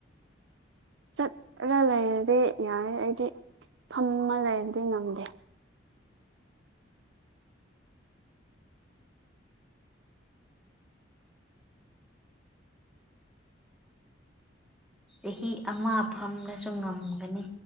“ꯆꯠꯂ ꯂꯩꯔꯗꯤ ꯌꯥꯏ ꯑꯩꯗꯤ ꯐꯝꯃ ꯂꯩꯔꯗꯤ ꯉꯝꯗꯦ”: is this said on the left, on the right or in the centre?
Right